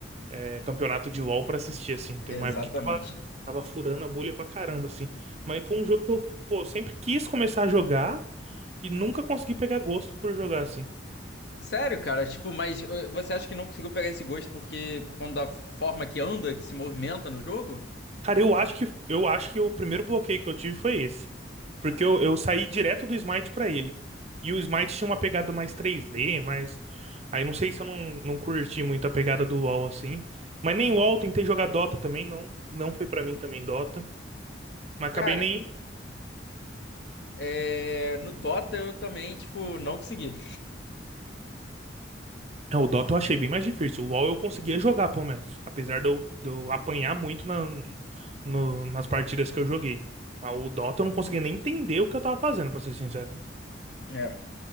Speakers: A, on the right; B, on the left.
A: é, campeonato de LoL pra assistir, assim.
B: Exatamente.
A: Teve uma época que tava, tava furando a bolha pra caramba, assim. Mas foi um jogo que eu, pô, sempre quis começar a jogar e nunca consegui pegar gosto por jogar, assim.
B: Sério, cara, tipo, mas eh, você acha que não conseguiu pegar esse gosto porque por conta da forma que anda, que se movimenta no jogo?
A: Cara, eu acho que eu acho que o primeiro bloqueio que eu tive foi esse. Porque eu, eu saí direto do Smite pra ele. E o Smite tinha uma pegada mais 3D, mas. Aí não sei se eu não, não curti muito a pegada do LoL assim. Mas nem LoL, tentei jogar Dota também, não. Não foi pra mim também Dota. Mas acabei
B: Cara,
A: nem.
B: é, no Dota eu também, tipo, não consegui.
A: É, O Dota eu achei bem mais difícil. O LoL eu conseguia jogar, pelo menos. Apesar de eu, de eu apanhar muito na, no- nas partidas que eu joguei. Mas o Dota eu não conseguia nem entender o que eu tava fazendo, pra ser sincero.
B: É.